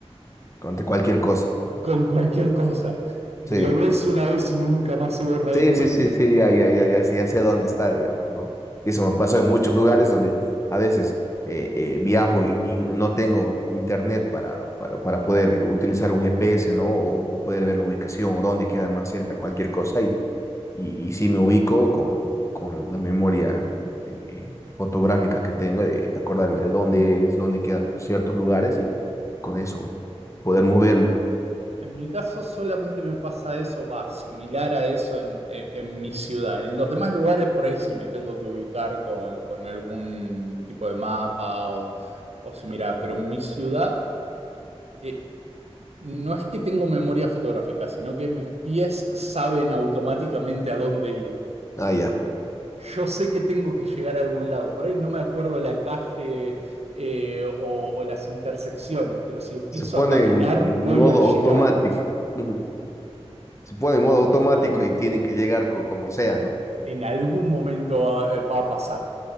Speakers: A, on the left; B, on the right.
A: ante cualquier cosa.
B: con cualquier cosa. Lo
A: Sí.
B: ves una vez y nunca más se borra de
A: Sí,
B: tu
A: sí,
B: mente.
A: sí, sí, ya, ya, ya, ya, sí ya sé dónde está, digamos, ¿no? Y eso me pasó en muchos lugares donde a veces eh, eh, viajo y, y no tengo internet para, para, para poder utilizar un GPS, ¿no? O, o poder ver la ubicación o dónde queda más cerca cualquier cosa y, y, y sí me ubico con, con la memoria eh, fotográfica que tengo de acordarme de dónde es, dónde quedan ciertos lugares y con eso poder moverme.
B: En mi caso solamente me pasa eso, va, similar a eso en, en- en mi ciudad. En los demás lugares por ahí sí me tengo que ubicar con, con algún tipo de mapa o, o similar, pero en mi ciudad eh, no es que tengo memoria fotográfica, sino que mis pies saben automáticamente a dónde ir.
A: Ah, ya.
B: Yo sé que tengo que llegar a algún lado, por ahí no me acuerdo la calle eh, o, o las intersecciones, pero si empiezo
A: Se pone
B: a caminar
A: en en
B: voy
A: modo
B: a llegar
A: automático. <laughs> Se pone en modo automático
B: exactamente.
A: y tienen que llegar co- como sea, ¿no?
B: En algún momento va, eh, va a pasar.